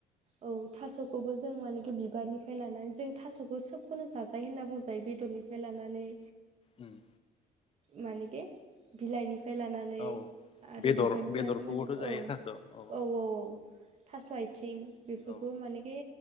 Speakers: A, on the right; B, on the left.
A: औ थास'खौबो जों मानेखि बिबारनिफ्राय लानानै जों थास'खौ सोबखौनो जाजायो होनना बुंजायो बेदरनि लानानै
B: उम
A: मानेखे बिलाइनिफ्राय लानानै
B: औ
A: आरो
B: बेदर
A: बिबार निफ्राय
B: बेदरखौबोथ'
A: माने
B: जायो
A: औ-औ-औ-औ
B: थास' औ
A: थास' आथिं बेफोरखौबो
B: औ
A: मानेखि